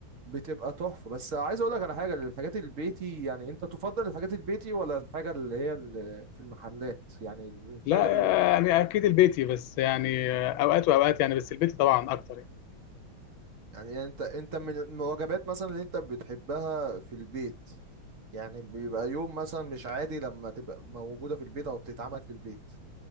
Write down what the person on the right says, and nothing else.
بتبقى تحفه بس عايز اقول لك على حاجه الحاجات البيتي يعني انت تفضل الحاجات البيتي ولا الحاجه اللي هي اللي في المحلات يعني الحاجه
اللي
يعني انت انت من الوجبات مثلا اللي انت بتحبها في البيت يعني بيبقى يوم مثلا مش عادي لما تبقى موجوده في البيت او بتتعمل في البيت